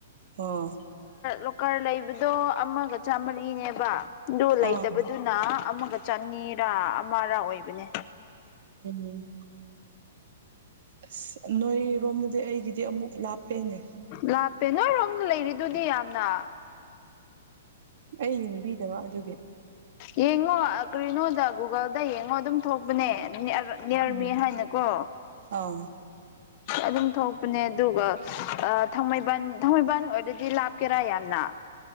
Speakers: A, on the right; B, on the left.
A: ꯑꯣ
B: ꯂ ꯀꯔ ꯂꯩꯕꯗꯣ ꯑꯃꯒ ꯆꯥꯝꯃꯔꯤꯅꯦꯕ ꯗꯣ ꯂꯩꯇꯕꯗꯨꯅ
A: ꯑꯥ
B: ꯑꯃꯒ ꯆ ꯑꯅꯤꯔꯥ ꯑꯃꯔꯥ ꯑꯣꯏꯕꯅꯦ
A: ꯎ ꯑꯁ ꯅꯣꯏꯔꯣꯝꯗꯗꯤ ꯑꯩꯒꯤꯗꯤ ꯑꯃꯨꯛ ꯂꯥꯞꯄꯦꯅꯦ
B: ꯂꯥꯞꯄꯦ ꯅꯣꯏꯔꯣꯝꯗ ꯂꯩꯔꯤꯗꯨꯗꯤ ꯌꯥꯝꯅ
A: ꯑꯩ ꯌꯦꯡꯕꯤꯗꯕ ꯑꯗꯨꯒꯤ
B: ꯌꯦꯡꯉꯣ ꯀꯔꯤꯅꯣꯗ ꯒꯨꯒꯜꯗ ꯌꯦꯡꯉꯣ ꯑꯗꯨꯝ ꯊꯣꯛꯄꯅꯦ ꯅꯤꯔꯃꯤ
A: ꯎꯝ
B: ꯍꯥꯏꯅꯀꯣ
A: ꯑꯥ
B: ꯑꯗꯨꯝ ꯊꯣꯛꯄꯅꯦ ꯑꯗꯨꯒ ꯊꯥꯡꯃꯩꯕꯟ ꯊꯥꯡꯃꯩꯕꯟ ꯑꯣꯏꯔꯗꯤ ꯂꯥꯞꯀꯦꯔꯥ ꯌꯥꯝꯅ